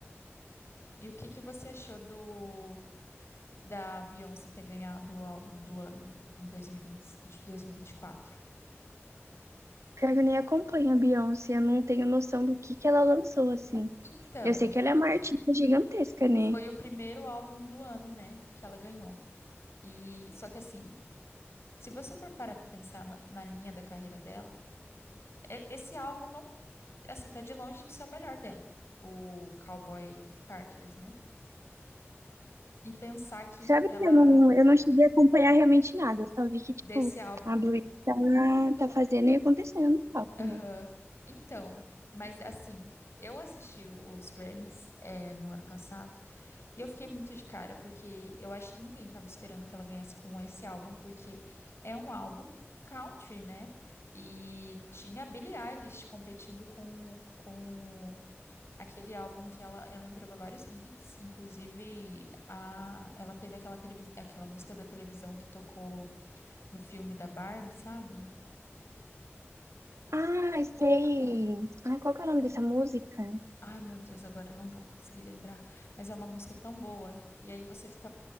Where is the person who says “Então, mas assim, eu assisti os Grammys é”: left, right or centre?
Left